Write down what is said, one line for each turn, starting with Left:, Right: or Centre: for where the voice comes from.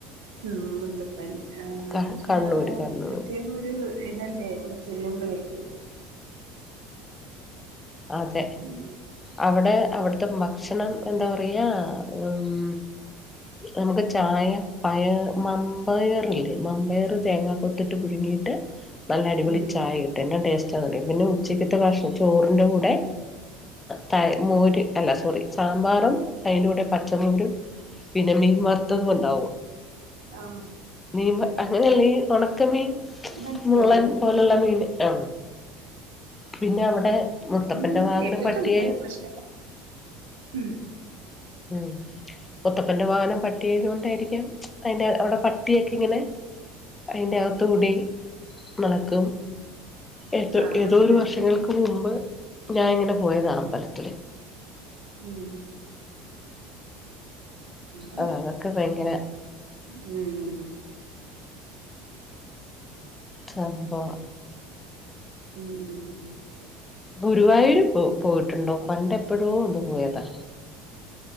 Right: ഉം മുത്തപ്പൻ. ആ
Left: ക
Right: പക്ഷെ
Left: കണ്ണൂര്
Right: അവിടെ
Left: കണ്ണൂര്
Right: പ്രത്യേകം ഒരു ഇതല്ലേ അവിടെ ചെല്ലുമ്പഴൊക്ക്.
Left: ആഅതെ
Right: ഉം
Left: അവിടെ അവിടുത്തെ ഭക്ഷണം എന്താ പറയാ ഉം. നമുക്ക് ചായ പയ മമ്പയറല്ലേ മമ്പയർ തേങ്ങാ കൊത്തിട്ട് പുഴുങ്ങി നല്ലടിപൊള
Right: ഉം
Left: ചായ കിട്ട് എന്നാ ടേസ്റ്റ് പിന്നെ ഉച്ചിക്ക ഭണം ചോറിന്റെ കൂടെ ത മോരി അല്ല സോറി സാമ്പാറും അതിന്റെ കൂടെ പച്ചമമോരും പിന്നെ മീൻമറുത്തതും ഉണ്ടാവും
Right: ആ
Left: മീൻ അങ്ങനെയല്ലേ ഈ ഉണക്കമീൻ.
Right: മനസ്സിലായി
Left: മുള്ളൻ
Right: മനസ്സിലായി
Left: പോലുള്ള മീൻ ആ പിന്നെ അവിടെ മുത്തപ്പന്റെ
Right: ഇ ഇങ്ങനെ
Left: വാഹനം
Right: കേട്ടിട്ടുണ്ട്
Left: പട്ടിയായി
Right: പക്ഷെ ഉം
Left: ഉം മുത്തപ്പന്റെ വാഹനം പട്ടിയായത കൊണ്ടായിരിക്കാം അതിറെ അവിടെ പട്ടിയൊക്കെ ഇങ്ങനെ അതിന്റെ അകത്ത കൂടി നടക്കും ഏത
Right: ആഹ്
Left: ഏതോ
Right: അതെ
Left: ഒരു വർഷങ്ങൾക്ക് മുമ്പ് ഞാന ഇങ്ങനെ പോയത് അമ്പലത്തില്
Right: ഉം നടെ
Left: ആ അതൊക്കെ ഭയങ്കര
Right: ഉം
Left: സംഭവമാ
Right: ഉം
Left: ഗുരുവായൂർ പോ പോയിട്ടുണ്ടോ പണ്ട് എപ്പോഴോ ഒന്ന് പോയതാ